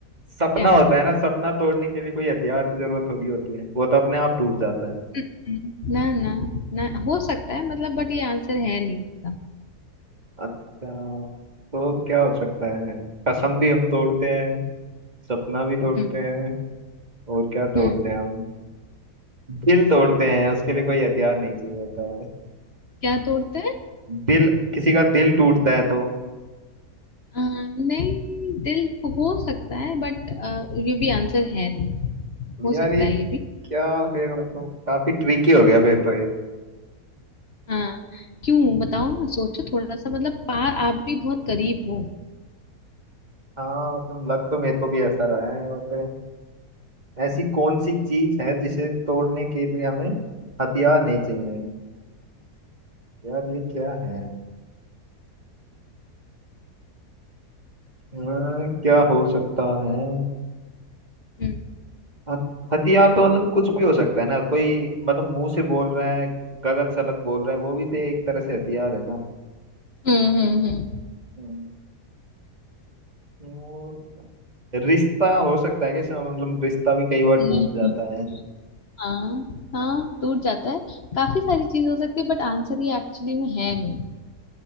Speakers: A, on the right; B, on the left.
A: सपना
B: क्या
A: होता है ना सपना तोड़ने के लिए कोई हथियार की जरूरत थोड़ी होती है वो तो अपने आप टूट जाता है
B: हम्म, ना ना ना हो सकता है मतलब बट ये आंसर है नहीं इसका
A: अच्छा तो क्या हो सकता है कसम भी हम तोड़ते हैं सपना भी तोड़ते
B: हम्म
A: हैं और क्या तोड़ते
B: हम्म
A: हैं हम दिल तोड़ते हैं उसके लिए कोई हथियार नहीं चाहिए होता है
B: क्या तोड़ते हैं
A: दिल किसी का दिल टूटता है तो
B: अ, नहीं दिल हो सकता है बट ये भी आंसर है नहीं हो
A: यार
B: सकता
A: ये
B: है ये भी
A: क्या फिर मतलब काफी ट्रिकी हो गया फिर तो ये
B: हाँ क्यों बताओ ना सोचो थोड़ा सा मतलब पार आप भी बहुत करीब हो
A: हाँ मतलब लग तो मेरे को भी ऐसा रहा है यहाँ पे ऐसी कौन सी चीज है जिसे तोड़ने के लिए हमें हथियार नहीं चाहिए यार ये क्या है अ, क्या हो सकता है
B: हम्म
A: हथ- हथियार तो मतलब कुछ भी हो सकता है ना कोई मतलब मुंह से बोल रहा है गलत सलत बोल रहा है वो भी तो एक तरह से हथियार है ना
B: हम्म हम्म हम्म।
A: हम्म। वो रिश्ता हो सकता है कि इसमें मतलब रिश्ता भी कई बार टूट
B: नहीं,
A: जाता
B: हम्म।
A: है
B: हाँ हाँ टूट जाता है काफी सारी चीज हो सकती है बट आंसर ये एक्चुअली में है नहीं